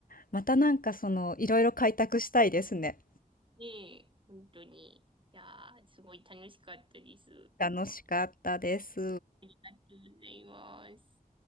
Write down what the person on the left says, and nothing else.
またなんかその、いろいろ開拓したいですね。
楽しかったです。